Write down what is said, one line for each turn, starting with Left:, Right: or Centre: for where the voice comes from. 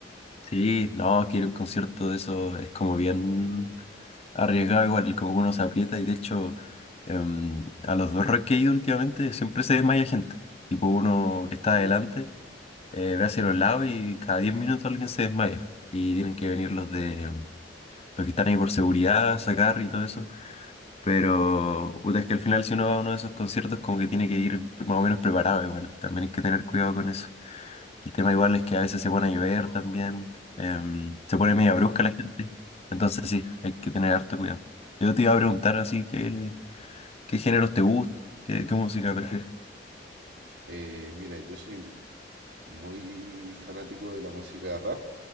Left: Sí, no, quiero un concierto de eso es como bien arriesgado, igual, como que uno se aprieta y de hecho, em, a los dos rock que he ido últimamente siempre se desmaya gente. Tipo uno que está
Right: Sí,
Left: adelante,
Right: po.
Left: eh, ve hacia los lados y cada 10 minutos alguien se desmaya. Y tienen que venir los de. los que están ahí por seguridad, sacar y todo eso. Pero puta, es que al final si uno va a uno de esos conciertos como que tiene que ir más o menos preparado igual. También hay que tener cuidado con eso. El tema igual es que a veces se pone a llover también. em, se pone
Right: Ah,
Left: media
Right: también.
Left: brusca la gente. Entonces sí, hay que tener harto cuidado. Yo te iba a preguntar
Right: Eh,
Left: así qué qué géneros
Right: dime.
Left: te gustan, qué, qué música prefieres.
Right: Eh, mira, yo soy muy fanático de la música rap,